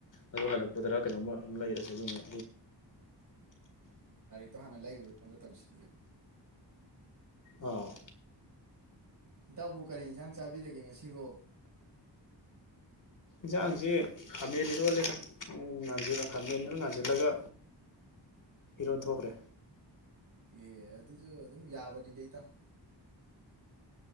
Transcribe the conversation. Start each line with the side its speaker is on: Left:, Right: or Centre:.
Left: ꯑꯗꯨ ꯍꯜꯂꯛꯄꯗꯔ ꯀꯩꯅꯣꯃꯝ ꯂꯩꯔꯁ ꯑꯗꯨꯒꯨꯝꯕ
Right: ꯗꯣ ꯍꯥꯟꯅ ꯂꯩꯔꯨꯅꯕ ꯇꯧꯁꯤ
Left: ꯑꯥꯎ
Right: ꯏꯟꯇꯥꯎꯕꯨ ꯀꯔꯤ ꯏꯟꯁꯥꯡ ꯆꯥꯕꯤꯔꯒꯦ ꯉꯁꯤꯕꯣ
Left: ꯢꯟꯁꯥꯡꯁꯦ ꯈꯥꯃꯦꯟ ꯏꯔꯣꯜꯂꯦꯗꯥ ꯉꯥꯟꯁꯤꯜꯂ ꯈꯥꯃꯦꯟ ꯈꯔ ꯉꯥꯟꯁꯤꯜꯂꯒ ꯏꯔꯣꯟ ꯊꯣꯛꯈ꯭ꯔꯦ
Right: ꯑꯦ ꯑꯗꯨꯁꯨ ꯑꯗꯨꯝ ꯌꯥꯕꯅꯤꯗ ꯢꯇꯥꯎ